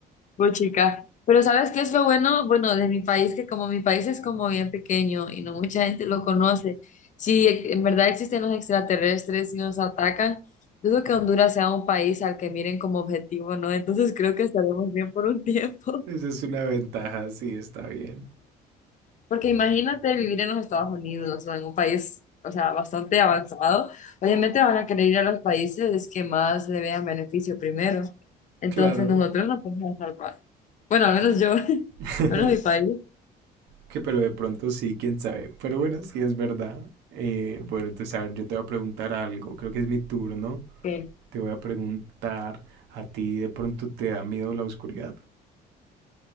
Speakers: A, on the left; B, on the right.
A: Pues chica, pero ¿sabes qué es lo bueno? Bueno, de mi país, que como mi país es como bien pequeño y no mucha gente lo conoce, si en verdad existen los extraterrestres y nos atacan, dudo que Honduras sea un país al que miren como objetivo, ¿no? Entonces creo que estaremos bien por un <laughs> tiempo.
B: Esa es una ventaja, sí, está bien.
A: Porque imagínate vivir en los Estados Unidos o en un país, o sea, bastante avanzado. Obviamente van a querer ir a los países que más le vean beneficio primero. Entonces
B: Claro.
A: nosotros no podemos salvar. Bueno, al menos yo, <laughs> al
B: <laughs>
A: menos mi país,
B: Que pero de pronto sí, quién sabe. Pero bueno, sí es verdad. Eh, bueno, entonces a ver, yo te voy a preguntar algo. Creo que es mi turno.
A: que
B: Te voy a preguntar, ¿a ti de pronto te da miedo la oscuridad?